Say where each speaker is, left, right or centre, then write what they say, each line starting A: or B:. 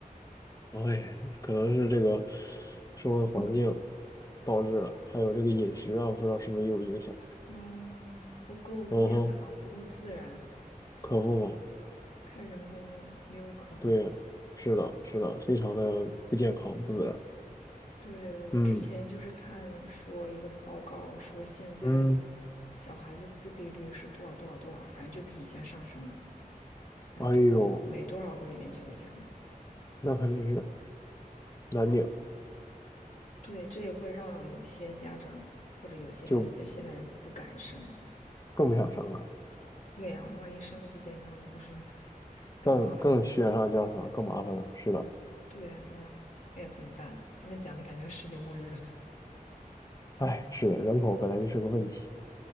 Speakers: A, on the left (about 25°); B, on the left (about 55°).
A: 哎，可能是这个社会环境导致了，还有这个饮食啊，不知道是不是也有影响。
B: 嗯，不够健康，
A: 嗯哼，
B: 不够自然，
A: 可不嘛，
B: 太人工了，也有可能。
A: 对呀是的，是的，非常的不健康、不自然。
B: 对对对，我之前就是看说一个报告说，
A: 嗯
B: 现在
A: 嗯，
B: 小孩子自闭率是多少多少多少，反正就比以前上升了，反正就每多少个里面就有一个。
A: 哎呦，那可真是难顶，
B: 对，这也会让有些家长或者有些就现在人不敢生。
A: 就更不想生了，
B: 对呀，万一生个不健康的，不是更麻烦了吗？
A: 更更雪上加霜，更麻烦了。是的，
B: 对呀，对呀，哎呀，怎么办？这么讲的感觉世界末日了。
A: 哎，是的，人口本来就是个问题。